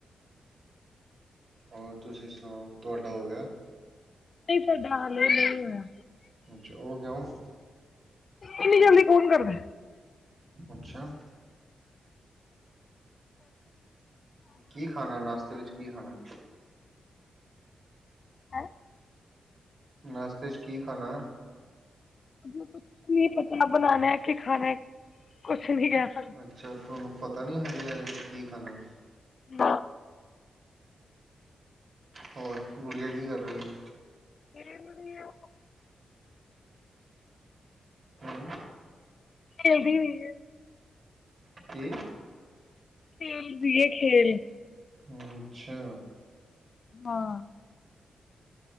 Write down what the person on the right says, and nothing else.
ਹੋਰ ਤੁਸੀਂ ਸੁਣਾਓ ਤੁਹਾਡਾ ਹੋ ਗਿਆ
ਅੱਛਾ ਉਹ ਕਿਉਂ
ਅੱਛਾ ਕੀ ਖਾਣਾ ਨਾਸ਼ਤੇ ਵਿੱਚ ਕੀ ਖਾਣਾ
ਨਾਸ਼ਤੇ 'ਚ ਕੀ ਖਾਣਾ
ਅੱਛਾ ਤੁਹਾਨੂੰ ਪਤਾ ਨੀ ਹਾਲੇ ਆ ਕੀ ਖਾਣਾ
ਹੋਰ ਗੁੜੀਆ ਕੀ ਕਰ ਰਹੀ ਹੈ
ਹੂੰ
ਅਤੇ
ਅੱਛਾ